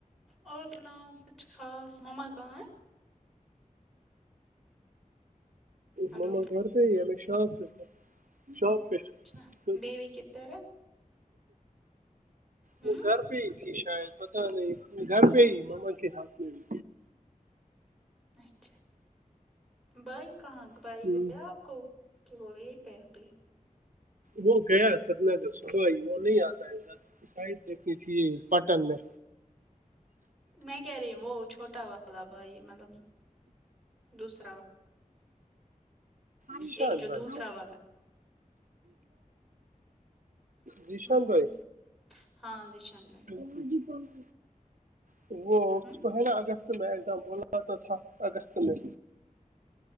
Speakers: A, in the centre; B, on the right.
A: اور سناؤ کچھ خاص مما کہا ہیں ہلو
B: مما گھر پے ہی ہے مئی شاپ پے تھا شاپ پے
A: اچھا
B: تو
A: بیوی کدھر ہے ہوں
B: وہ گھر پے ہی تھی شاید پتا نہیں گھر پہ ہی ماما کے ہاتھ میں بھی
A: اچھا بائی کہاں بائی
B: ہی۔
A: گیا کو کہ وہ یہی پیا ابھی
B: وہ گیا سری نگر صبح ہی وہ نہیں آتا ہے سائڈ دیکھنی تھی پٹن میں
A: میں کہہ رہی وہ چھوٹا والا بھائی مطلب دوسرا والا
B: ذیشان
A: ایک جو
B: بھای
A: دوسرا والا
B: ذیشان
A: ہوں
B: بھای
A: ہاں زیشان بھای
B: تیرج پمپ کو وہ اس
A: ہوں
B: کو ہے نا اگست میں ایگزام بولا تو تھا اگست میں